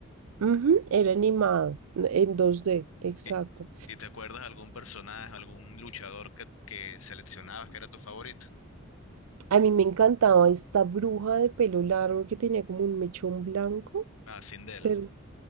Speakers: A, on the right; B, on the left.
A: Ujú, era animado, en 2D, exacto.
B: ¿Y, y te acuerdas algún personaje, algún luchador que, que seleccionabas que era tu favorito?
A: A mí me encantaba esta bruja de pelo largo que tenía como un mechón blanco.
B: Ah, Sindel.
A: ter-